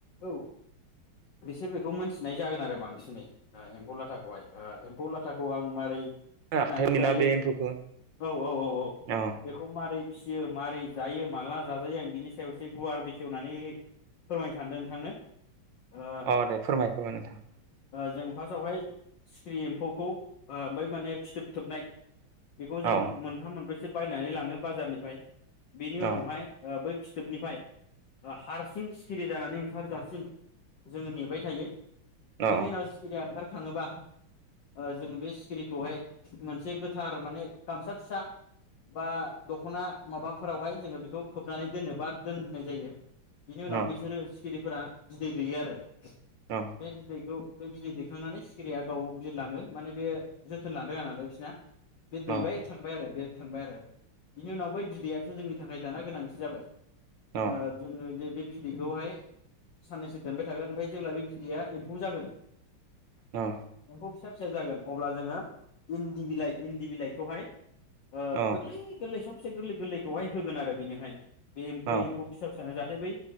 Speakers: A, on the left (about 55°); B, on the right (about 60°).
A: औ बिसोर बेखौ मिथिनाय जागोन आरो बांसिनै एम्फौ लाथाखौहाय एम्फौ लाथाखौ आं मारै फिनानै
B: आखाइयाव मोना
A: जायो
B: बे एम्फौखौ
A: औ औ औ औ
B: अ
A: बेखौ मारै फिसियो मारै जायो माला जाजायो आं बिनि सायाव एसे गुवार बेखेवनानै फोरमायनो सानदों नोंथांनो ओ
B: अ दे फोरमाय फोरमाय नोंथां
A: जों फार्स्टावहाय सिखिरि एम्फौखौ ओमफ्राय माने फिथोब थोबनाय बेखौ जों
B: अ
A: मोनथाम मोनब्रैसो से बायनानै लाङो बाजारनिफ्राय बिनि उनावहाय
B: अ
A: ओ बै फि फिथोबनिफ्राय हारसिं सिखिरि जानानै ओंखारजासिम जोङो नेबाय थायो
B: अ
A: बिनि उनाव सिखिरिया ओंखार खाङोबा ओ जों बे सिखिरिखौहाय मोनसे गोथार माने गामसा फिसा बा दख'ना माबाफोरावहाय जोङो बेखौ खोबनानै दोनो बा दोननाय जायो बिनि उनाव
B: अ
A: बिसोरो फिखिरिफोरा बिदै दैयो आरो
B: अ
A: बे बिदैखौ बे बिदै दैखांनानै सिखिरिया गाव बिरलाङो माने बे जोथोन लानो रोङा नालाय जाय बिसिना बे दैबाय
B: अ
A: थांबाय आरो बे थांबाय आरो बि उनावै बिदैयासो जोंनि थाखाय नै दाना गोनांथि जाबाय
B: अ
A: ओ जोङो जे बे बिदैखौहाय साननैसो दोनबाय थागोन ओमफ्राय जेब्ला बे बिदैया एम्फौ जागोन
B: औ
A: एम्फौ फिसा फिसा जागोन अब्ला जोङो इन्दि बिलाइ इन्दि बिलाइखौहाय ओ
B: अ
A: गोरलै गोरलै सम खबसे गोरलै गोरलैखौहाय होगोन आरो बेनोहाय बे बै
B: अ
A: एम्फौ फिसा फिसानो ज' जादों। दा बै